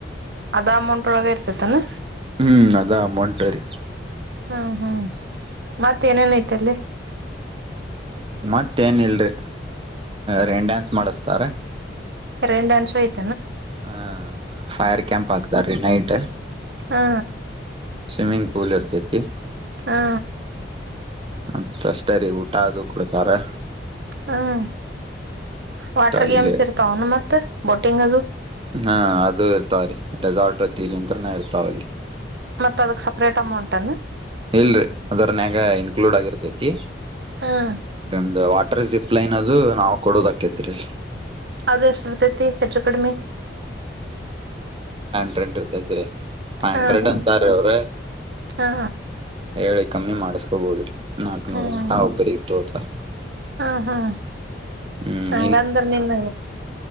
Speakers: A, on the right; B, on the right.
A: ಅದ ಅಮೌಂಟ್ ಒಳಗ ಇರ್ತೇತನಾ.
B: ಹ್ಮ್ ಅದಾ ಟರಿ
A: ಹ್ಮ್ ಹ್ಮ್ ಮತ್ತೇಏನೇನಐತಲ್ಲಿ.
B: ಮತ್ತೇನ್ ಇಲ್ರಿ ರೇನ್ ಡ್ಯಾನ್ಸ್ ಮಾಡಸ್ತಾರ.
A: ಡ ಅನ್ಸವಯತು
B: ಹ ಫೈರ್ ಕ್ಯಾಂಪ್ ಹಾಕ್ತಾರಿ ನೈಟ್.
A: ಹಾ.
B: ಸ್ವಿಮ್ಮಿಂಗ್ ಪೂಲ್ ಇರ್ತೈತಿ.
A: ಹಾ.
B: ಮತ್ತ ಅಷ್ಟರಿ ಊಟ ಅದು. ಕುಡ್ತಾರೆ.
A: ಹ್ಮ್ ವಾಟರ್
B: ಅಲ್ಲಿ
A: ಗೇಮ್ಸ್ ಇರ್ತಾವನು ಮತ್ತೆ ಬೋಟಿಂಗ್ ಅ
B: ಹಾ ಅದು ಇರ್ತಾವ ರೀ ರೆಸಾರ್ಟ್ ಹೊತ್ತೀರಿಂತ್ರನ ಇರ್ತಾವಲ್ಲಿ.
A: ಮತ್ತ ಅದಕ್ ಸಪ್ರೇಟ್ ಅಮೌಂಟ್ ಅನ್ನು.
B: ಇಲ್ರರಿ ಅದರನ್ಯಾಗ ಇನ್ಕ್ಲೂಡ್ ಆಗಿರತೈತಿ.
A: ಹ್ಮ್
B: ಇಂದ. ಅಡ್ರೆ ಪ್ಲೈನ್ ಅದು ನಾವವು ಕೊಡೋದಾಕೈತಿರಿ.
A: ಅದು ಎಷ್ಟುರ್ತೈತಿ ಹೆಚ್ಚು ಕಡಿಮೆ.
B: ಡ್ ಇರ್ತೆತ್ರಿ. ಹಂಡ್ರೆಡ್
A: ಹಾ ಹ್ಮ್
B: ಅಂತಾರ ಅವ್ರ.
A: ಹಾ
B: ಹೇಳಿ ಕಮ್ಮಿ ಮಾಡಸ್ಕೊಬೋದ್ರಿ. ನಾಕ್ನೂರು
A: ಹ್ಮ್
B: ಮಟ್ಟ ಹೋಗ ಬರೀ ತೋದಾ.
A: ಹಾ ಹಾ
B: ಹ್ಮ್
A: ಹಂಗಂದ್ರ ನಿನ್